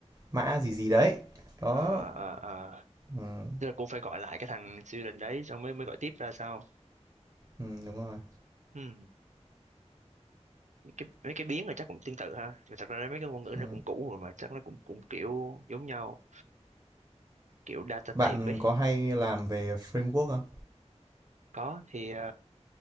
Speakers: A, on the right; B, on the right.
A: mã gì gì đấy đó
B: à à, à.
A: ừ,
B: tức là cũng phải gọi lại cái thằng siêu đình đấy xong mới mới gọi tiếp ra sao
A: ừ, đúng rồi
B: Ừm, cái, mấy cái biến là chắc cũng tương tự ha Và thật ra mấy cái ngôn ngữ
A: ừ.
B: nó cũng cũ rồi mà chắc nó cũng cũng kiểu giống nhau kiểu data
A: bạn
B: type ấy
A: có hay làm về framework không
B: có thì ờ,